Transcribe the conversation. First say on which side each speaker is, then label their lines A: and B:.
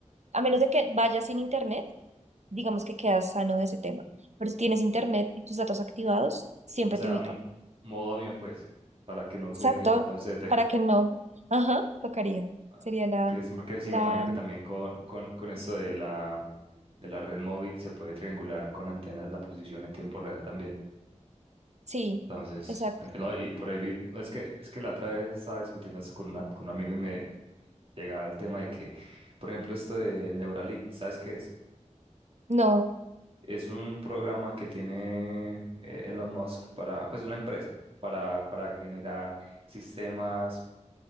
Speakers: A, on the right (about 65°); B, on the right (about 50°).
A: A menos de que vayas sin internet digamos que quedas sano de ese tema. Pero si tienes internet y tus datos activados, siempre
B: O sea,
A: te ubica.
B: mo- modo avión, pues, para que no
A: Exacto,
B: se, no se detecte.
A: para que no. Ajá, tocaría.
B: Ah,
A: Sería la,
B: ok, sí, porque sí,
A: la,
B: me imagino que también con, con, con esto de la, de la red móvil se puede triangular con antenas la posición en tiempo real también.
A: sí,
B: Entonces,
A: exacto.
B: bueno, no, y por ahí vi- no, es que, es que la otra vez estaba discutiendo esto con, una, con un amigo y me llegaba el tema de que, por ejemplo, esto de Neuralink, ¿sabes qué es?
A: No,
B: Es un programa que tiene eh, Elon Musk para, pues una empresa para, para generar sistemas